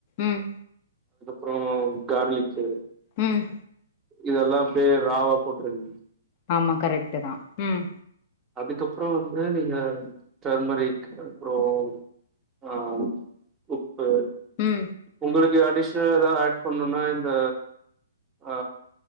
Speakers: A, on the left; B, on the right.
A: ம்
B: அதுக்கப்றோ கார்லிக்கு
A: ம்
B: இதெல்லா அப்டியே ராவா போட்ருங்க
A: ஆமா கரெக்ட் தா ம்
B: அதுக்கப்புறோ வந்து நீங்க தர்மரிக் அப்றோ ஆ உப்பு
A: ம்
B: உங்களுக்கு அடிஷ்னல் ஏதாது அட் பண்ணுனா இந்த அ